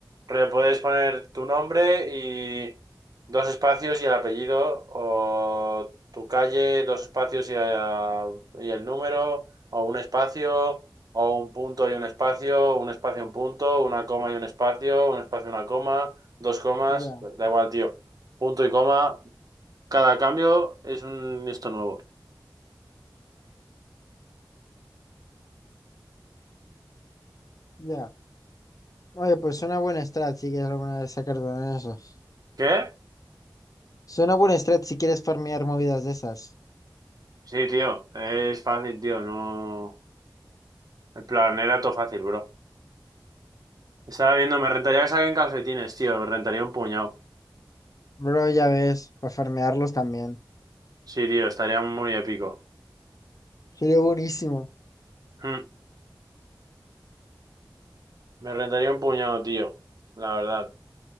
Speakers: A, on the right; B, on the left.
A: Pero puedes poner tu nombre y dos espacios y el apellido, o tu calle, dos espacios y, eh, y el número, o un espacio, o un punto y un espacio, un espacio y un punto, una coma y un espacio, un espacio y una coma, dos comas,
B: Ya,
A: da igual, tío. Punto y coma, cada cambio es un esto nuevo.
B: ya. Oye, pues suena buena strat si quieres alguna vez sacar de esas.
A: ¿Qué?
B: Suena buena strat si quieres farmear movidas de esas.
A: Sí, tío, es fácil, tío, no... En plan, era todo fácil, bro. Estaba viendo, me rentaría que saquen calcetines, tío. Me rentaría un puñado.
B: Bro, ya ves, para farmearlos también.
A: Sí, tío, estaría muy épico.
B: Sería buenísimo.
A: Hmm, Me rentaría un puñado, tío. La verdad.